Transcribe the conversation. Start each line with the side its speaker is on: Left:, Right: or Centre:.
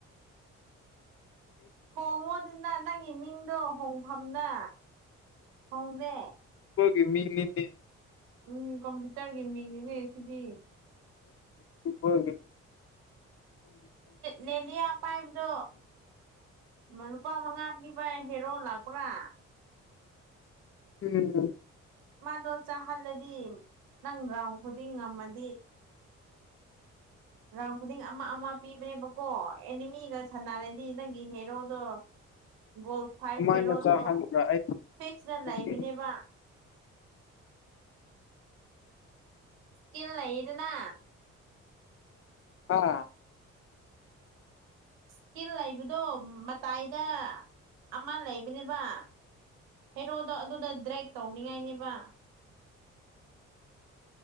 Right: ꯍꯣꯡꯉꯣꯗꯨꯅ ꯅꯪꯒꯤ ꯃꯤꯡꯗꯣ ꯍꯣꯡꯐꯝꯅ ꯍꯅꯦꯦ
Left: ꯦ ꯃꯤꯅꯤꯅꯤ
Right: ꯎꯝ ꯀꯝꯄ꯭ꯌꯨꯇꯔꯒꯤ ꯃꯤꯡꯅꯤꯅꯦ ꯁꯤꯗꯤ
Left: ꯑꯦꯄꯒ
Right: ꯅꯦꯅꯤꯌꯥ ꯄꯥꯏꯕꯗ ꯂꯨꯄꯥ ꯃꯉꯥ ꯄꯤꯕ ꯍꯦꯔꯣ ꯂꯥꯛꯄ꯭ꯔꯥ
Left: ꯎꯝ
Right: ꯃꯥꯗꯣ ꯆꯥꯍꯜꯂꯗꯤ ꯅꯪ ꯔꯒ꯭ꯔꯥꯎꯟ ꯈꯨꯗꯤꯡ ꯉꯝꯃꯗꯤ ꯔꯥꯎꯟ ꯈꯨꯗꯤꯡ ꯑꯃ ꯑꯃ ꯄꯤꯕꯅꯦꯕꯀꯣ ꯑꯦꯅꯤꯃꯤꯒ ꯁꯅꯥꯔꯗꯤ ꯅꯪꯒꯤ ꯍꯦꯔꯣꯗꯣ ꯒꯣꯜ ꯐꯥꯏ
Left: ꯀꯃꯥꯏꯅ
Right: ꯍꯦꯔꯣꯗꯣ
Left: ꯆꯥꯍꯟꯕ꯭ꯔꯥ ꯑꯩ
Right: ꯐꯤꯦꯛꯁꯇ
Left: ꯈꯪꯗꯦ
Right: ꯂꯩꯕꯅꯦꯕ ꯏꯁꯀꯤꯜ ꯂꯩ ꯏꯗꯅ
Left: ꯑꯥ
Right: ꯏꯁꯀꯤꯜ ꯂꯩꯕꯗꯣ ꯃꯇꯥꯏꯗ ꯑꯃ ꯂꯩꯕꯅꯦꯕ ꯍꯦꯔꯣꯗꯣ ꯑꯗꯨꯗ ꯗ꯭ꯔꯦꯛ ꯇꯧꯅꯤꯡꯉꯥꯏꯅꯦꯕ